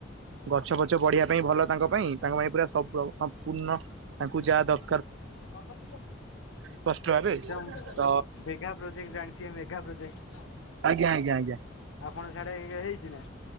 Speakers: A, on the right; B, on the left.
A: ଗଛ ପଛ ବଢିବା ପାଇଁ ଭଲ ତାଙ୍କ ପାଇଁ ତାଙ୍କ ପାଇଁ ପୁରା ସବ ପୁରା ସଂପୂର୍ଣ୍ଣ ତାଙ୍କୁ ଯାହା ଦବ
B: ଆଜ୍ଞା
A: ସ୍ପଷ୍ଟ ଭାବେ
B: ମ୍
A: ତ
B: ମେଘା ପ୍ରୋଜେକ୍ଟ ଜାଣିଥିବେ ମେଘା ରେ ଦେଖ
A: ଆଜ୍ଞା ଆଜ୍ଞା ଆଜ୍ଞା।
B: ଆପଣକ ସାଡେ ଇଏ ହେଇଛି ନା?